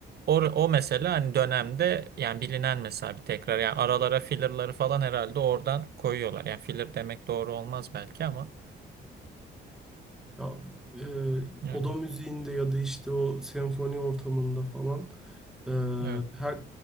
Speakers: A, on the right; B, in the centre.
A: o, o mesela hani dönemde yani bilinen mesela bir tekrar yani aralara fillerları falan herhalde oradan koyuyorlar. Yani filler demek doğru olmaz belki ama.
B: Ya, e,
A: Evet.
B: oda müziğinde ya da işte o senfoni ortamında falan e,
A: Evet.
B: her